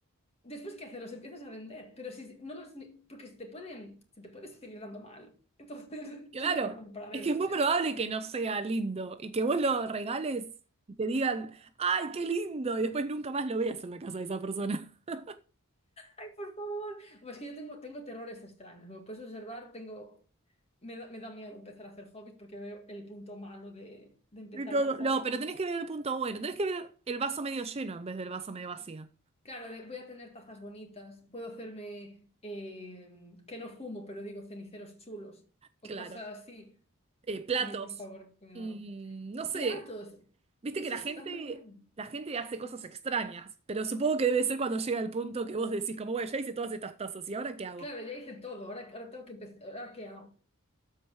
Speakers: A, on the left; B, on the right.
A: después que hacerlos empiezas a vender, pero si no los, ni- porque se te pueden, se te puede seguir dando mal. Entonces,
B: Claro,
A: <laughs> ¿quién te va a comprar
B: es
A: eso?
B: que es muy probable que no sea lindo y que vos lo regales y te digan, ¡ay, qué lindo! Y después nunca más lo veas en la casa de esa persona. <laughs>
A: Ay, por favor. Pues que yo tengo, tengo terrores extraños. Como puedes observar, tengo, me da, me da miedo empezar a hacer hobbies porque veo el punto malo de, de empezar
B: Y todo,
A: un hobby.
B: No, pero tenés que ver el punto bueno, tenés que ver el vaso medio lleno en vez del vaso medio vacío.
A: Claro, de- voy a tener tazas bonitas, puedo hacerme, eh, que no fumo, pero digo ceniceros chulos o
B: Claro.
A: cosas así.
B: Eh, platos.
A: Ay, por favor, que me da-
B: Mm, no sé,
A: Platos,
B: viste
A: eso
B: que la
A: está
B: gente,
A: muy bien.
B: la gente hace cosas extrañas, pero supongo que debe ser cuando llega el punto que vos decís, como, bueno, ya hice todas estas tazas, ¿y ahora qué hago?
A: Claro, ya hice todo, ahora, ahora tengo que empezar, ahora qué hago.